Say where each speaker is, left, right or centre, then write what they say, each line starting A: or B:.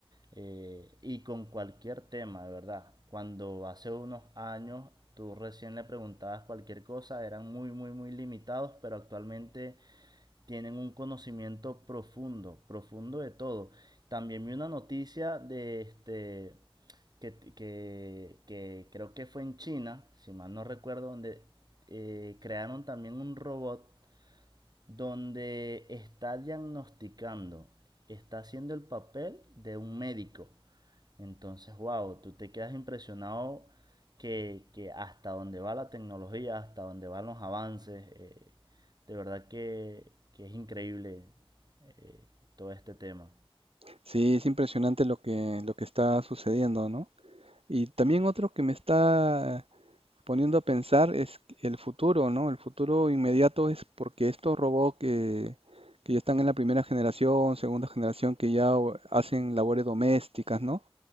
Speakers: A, on the right; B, on the right.
A: eh, y con cualquier tema, de verdad. Cuando hace unos años tú recién le preguntabas cualquier cosa, eran muy, muy, muy limitados, pero actualmente tienen un conocimiento profundo, profundo de todo. También vi una noticia de este que, que, que creo que fue en China, si mal no recuerdo, donde eh, crearon también un robot donde está diagnosticando, está haciendo el papel de un médico. Entonces, wow, tú te quedas impresionado que, que hasta dónde va la tecnología, hasta dónde van los avances, eh, de verdad que, que es increíble eh, todo este tema.
B: Sí, es impresionante lo que, lo que está sucediendo, ¿no? Y también otro que me está poniendo a pensar es el futuro, ¿no? El futuro inmediato es porque estos robots que, que ya están en la primera generación, segunda generación, que ya o- hacen labores domésticas, ¿no?